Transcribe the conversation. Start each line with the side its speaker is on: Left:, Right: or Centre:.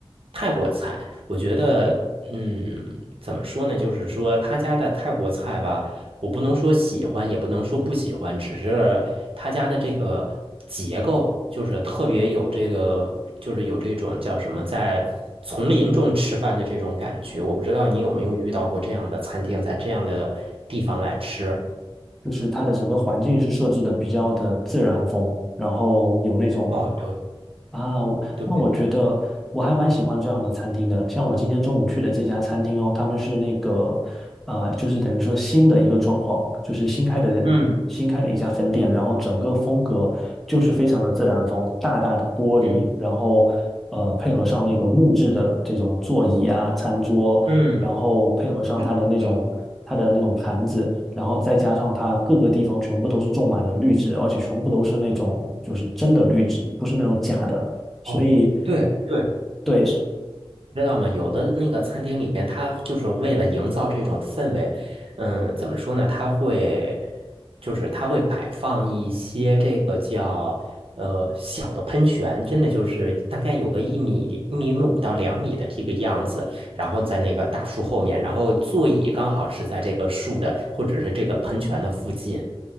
Right: 泰国菜。我觉得，嗯，怎么说呢？就是说他家的泰国菜吧。我不能说喜欢，也不能说不喜欢，只是他家的这个结构就是特别有这个，就是有这种叫什么，在丛林中吃饭的这种感觉。我不知道你有没有遇到过这样的餐厅，在这样的地方来吃。
Centre: 就是它的整个环境是设置的比较的自然风，然后有那种
Right: 哦，对
Centre: 啊，我那我觉得我还蛮喜欢这样的餐厅的。
Right: 对，
Centre: 像我今天中午去的这家餐厅哦，他们是那个呃，就是等于说新的一个装潢，就是新开的新开的一家分店，
Right: 嗯
Centre: 然后整个风格就是非常的自然风，大大的玻璃，
Right: 嗯
Centre: 然后呃配合上那个木质的这种座椅啊、餐桌，
Right: 嗯，
Centre: 然后配合上它的那种它的那种盘子，
Right: 是的，
Centre: 然后再加上它各个地方全部都是种满了绿植，而且全部都是那种就是真的绿植，不是那种假的，所以
Right: 哦，对对。
Centre: 对，
Right: 知道吗？有的那个餐厅里边，它就是为了营造这种氛围，嗯，怎么说呢？它会，就是它会摆放一些这个叫呃小的喷泉，真的就是大概有个一米、一米五到两米的这个样子，然后在那个大树后面，然后座椅刚好是在这个树的或者是这个喷泉的附近，